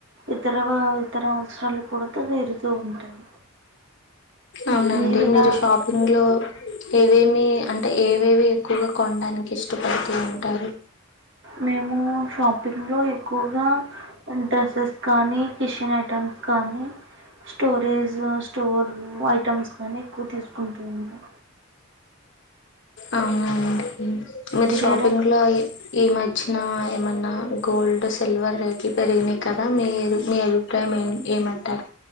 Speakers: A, on the right; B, on the left.
A: ఇతర ఇతర అవసరాలు కూడారుతూ ఉంటాయి
B: అవునండి
A: మీరు ఎలా
B: షాపింగ్లో <unintelligible> ఏవేమి అంటే ఏవేవి ఎక్కువగా కొనడానికి ఇష్టపడుతూ ఉంటారు
A: మే మేము షాపింగ్ లో ఎక్కువగా డ్రెస్సెస్ కానీ కిచెన్ ఐటమ్స్ కానీ స్టోరేజ్ స్టోర్ ఐటమ్స్ కానీ ఎక్కువ తీసుకుంటూ ఉంటాం
B: అవును అండి మీరు షాపింగ్
A: ఏ రకం
B: లో ఈ మధ్యన ఏమన్న గోల్డ్ సిల్వర్ రేట్లు పెరిగినాయి కదా మీ మీ అభిప్రాయం ఏ ఏమంటారు